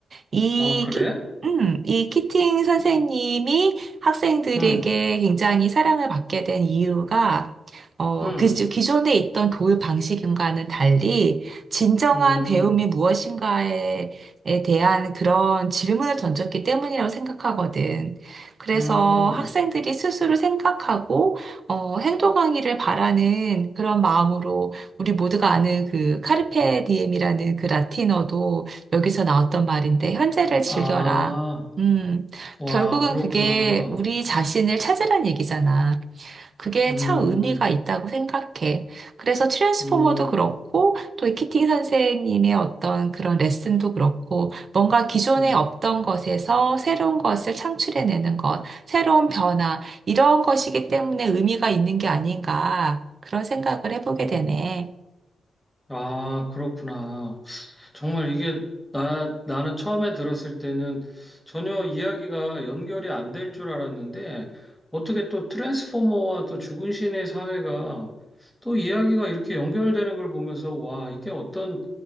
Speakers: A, on the right; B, in the centre.
A: 이
B: 아, 그래?
A: 키, 음, 이 키팅 선생님이 학생들에게
B: 응,
A: 굉장히 사랑을 받게 된 이유가 어,
B: 응,
A: 그 기- 기존에 있던 교육 방식과는 달리 진정한
B: 응,
A: 배움이 무엇인가에 에 대한 그런 질문을 던졌기 때문이라고 생각하거든. 그래서
B: 응.
A: 학생들이 스스로 생각하고 어, 행동하기를 바라는 그런 마음으로 우리 모두가 아는 그 카르페 디엠이라는 그 라틴어도 여기서 나왔던 말인데 현재를 즐겨라.
B: 아,
A: 음,
B: 와,
A: 결국은
B: 그렇구나.
A: 그게 우리 자신을 찾으란 얘기잖아. 그게
B: 음,
A: 참 의미가 있다고 생각해. 그래서 트랜스포머도
B: 음,
A: 그렇고, 또 이 키팅 선생님의 어떤 그런 레슨도 그렇고, 뭔가 기존에
B: 음,
A: 없던 것에서 새로운 것을 창출해내는 것, 새로운 변화, 이런 것이기 때문에 의미가 있는 게 아닌가, 그런 생각을 해보게
B: 음.
A: 되네.
B: 아, 그렇구나. 정말 이게 나, 나는 처음에 들었을 때는 전혀 이야기가 연결이 안 될 줄 알았는데 어떻게 또 트랜스포머와 또 죽은 신의 사회가 또 이야기가 이렇게 연결되는 걸 보면서 와, 이게 어떤